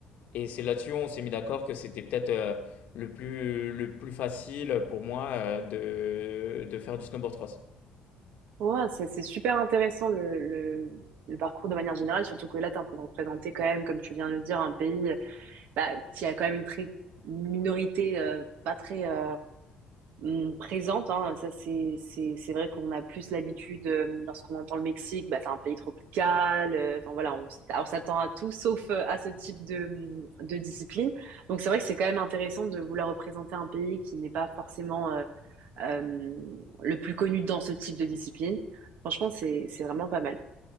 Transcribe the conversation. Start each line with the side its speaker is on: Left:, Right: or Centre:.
Left: Et c'est là-dessus, où on s'est mis d'accord que c'était peut-être euh, le plus, le plus facile pour moi euh, de, de faire du snowboard cross.
Right: ouais, c'est c'est super intéressant le, le, le parcours de manière générale, surtout que là, tu es en train de représenter quand même, comme tu viens de le dire, un pays bah, il y a quand même une très une minorité euh, pas très euh, hum, présente. Hein. Ça, c'est c'est c'est vrai qu'on a plus l'habitude euh, lorsqu'on entend le Mexique, bah, c'est un pays tropical. euh, Enfin voilà, on, s'y- on s'attend à tout sauf euh, à ce type de hum, de discipline. Donc c'est vrai que c'est quand même intéressant de vouloir représenter un pays qui n'est pas forcément euh, euh, le plus connu dans ce type de discipline. Franchement, c'est c'est vraiment pas mal.